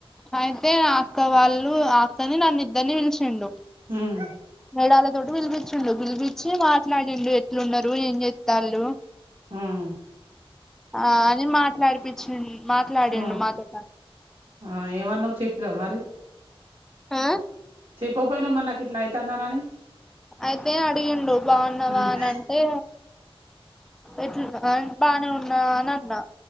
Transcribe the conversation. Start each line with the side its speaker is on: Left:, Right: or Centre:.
Centre: అయితే ఆ అక్క వాళ్ళు అక్కని నన్ను ఇద్దరిని పిలిచిండు
Right: ఉమ్
Centre: మేడాలతోటి పిలిపించిండు పిలిపించి మాట్లాడిండు ఎ ఎట్లున్నారు ఏం చెత్తళ్ళు
Right: ఉమ్
Centre: ఆ అని మాట్లాడిపి చిం మాట్లాడిండు
Right: ఆ
Centre: మాతో
Right: ఆ ఏమన్నావు చెప్పినవా మరి
Centre: ఆ
Right: చెప్పకపోయినవా మరి నాకు ఇట్లా అయితందినాన అని
Centre: అయితే అడిగిండు బాగున్నావా
Right: ఉమ్
Centre: అని అం టే ఎట్లు బానేవున్నా అని అన్నా